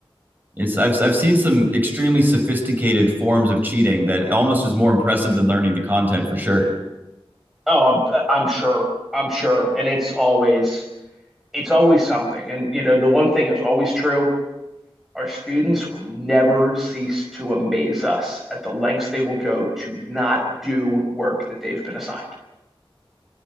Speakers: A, on the right; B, in the centre.
A: It's I've I've seen some extremely sophisticated forms of cheating that almost is more impressive than learning the content for sure.
B: Oh, I'm I'm sure, I'm sure, and it's always it's always something, and you know the one thing is always true Our students will never cease to amaze us at the lengths they will go to not do work that they've been assigned.